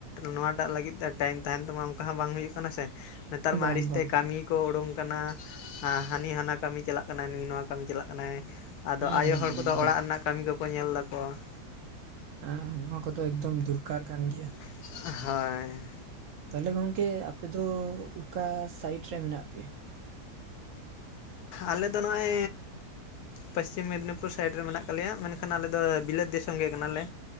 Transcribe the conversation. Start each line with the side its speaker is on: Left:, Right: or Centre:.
Left: ᱱᱚᱣᱟᱴᱟᱜ ᱞᱟᱹᱜᱤᱫ ᱛᱮ ᱴᱟᱭᱤᱢ ᱛᱟᱦᱮᱱ ᱛᱟᱢᱟ? <unintelligible> ᱵᱟᱝ ᱦᱩᱭᱩᱜ ᱠᱟᱱᱟ ᱥᱮ, ᱱᱮᱛᱟᱨ ᱢᱟ
Right: ᱵᱟᱝ
Left: ᱟᱹᱲᱤᱥ
Right: ᱵᱟᱝ
Left: ᱛᱮ ᱠᱟᱹᱢᱤ ᱠᱚ ᱩᱲᱩᱝ ᱠᱟᱱᱟ᱾ ᱦᱟᱹᱱᱤ ᱦᱟᱱᱟ ᱠᱟᱹᱢᱤ ᱪᱟᱞᱟᱜ ᱠᱟᱱᱟᱭ ᱱᱩᱭ ᱱᱚᱣᱟ ᱠᱟᱹᱢᱤ ᱪᱟᱞᱟᱜ ᱠᱟᱱᱟᱭ, ᱟᱫᱚ
Right: ᱦᱩᱸ
Left: ᱟᱭᱳ
Right: ᱦᱩᱸ
Left: ᱦᱚᱲ ᱠᱚᱫᱚ
Right: ᱮᱠᱫᱚᱢ
Left: ᱚᱲᱟᱜ ᱨᱮᱱᱟᱜ ᱠᱟᱹᱢᱤ ᱠᱚ <unintelligible> <unintelligible> ᱠᱚ ᱧᱮᱞ ᱫᱟ ᱠᱚᱣᱟ ᱾
Right: ᱦᱟᱸ ᱱᱚᱣᱟ ᱠᱚᱫᱚ ᱮᱠᱫᱚᱢ ᱫᱩᱨᱠᱟᱨ ᱠᱟᱱ ᱜᱮᱭᱟ ᱾
Left: <unintelligible> ᱦᱳᱭ ᱾
Right: ᱛᱟᱦᱞᱮ ᱜᱚᱝᱠᱮ ᱟᱯᱮ ᱫᱚ ᱩᱠᱟ ᱥᱟᱭᱤᱴ ᱨᱮ ᱢᱮᱱᱟᱜ ᱯᱮᱭᱟ?
Left: ᱟᱞᱮ ᱫᱚ ᱱᱚᱜᱼᱚᱭ ᱯᱟᱥᱪᱤᱢ ᱢᱮᱫᱽᱱᱤᱯᱩᱨ ᱥᱟᱭᱤᱰ ᱨᱮ ᱢᱮᱱᱟᱜ ᱾ <unintelligible> ᱞᱮᱭᱟ ᱢᱮᱱᱠᱷᱟᱱ ᱟᱞᱮ ᱫᱚ ᱵᱤᱞᱟᱹᱛ ᱫᱤᱥᱚᱢ ᱜᱮ ᱠᱟᱱᱟᱞᱮ